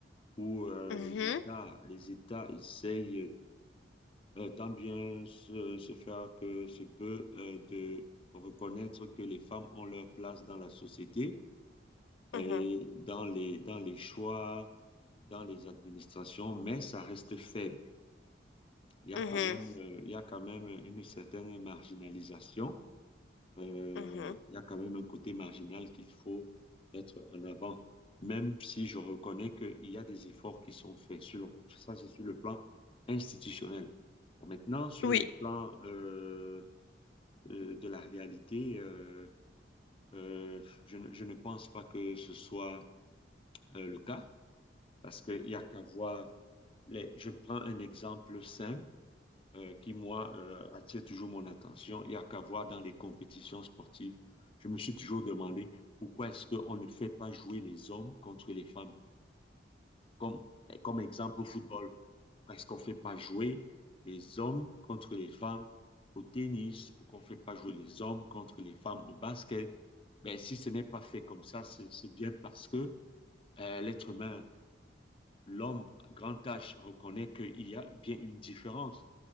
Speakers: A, on the left (about 30°); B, on the left (about 90°).
A: où euh,
B: Mhm,
A: les États, les États essayent euh, tant bien se, se faire que se peut euh, de reconnaître que les femmes ont leur place dans la société
B: mhm,
A: et dans les, dans les choix, dans les administrations, mais ça reste faible. Il y a
B: mhm,
A: quand même, euh, il y a quand même une certaine marginalisation. Euh,
B: mhm.
A: il y a quand même un côté marginal qu'il faut mettre en avant, même si je reconnais qu'il y a des efforts qui sont faits. Sur le- ça, c'est sur le plan institutionnel. Bon, maintenant, sur
B: Oui,
A: le plan euh, euh, de la réalité, euh, euh, je, ne je ne pense pas que ce soit euh, le cas. Parce qu'il n'y a qu'à voir, les... je prends un exemple simple euh, qui, moi, euh, attire toujours mon attention. Il n'y a qu'à voir dans les compétitions sportives. Je me suis toujours demandé pourquoi est-ce qu'on ne fait pas jouer les hommes contre les femmes. Comme, comme exemple au football, pourquoi est-ce qu'on ne fait pas jouer les hommes contre les femmes au tennis? Pourquoi on ne fait pas jouer les hommes contre les femmes au basket? Ben, si ce n'est pas fait comme ça, c'est c'est bien parce que euh, l'être humain l'homme grand H reconnaît qu'il y a bien une différence.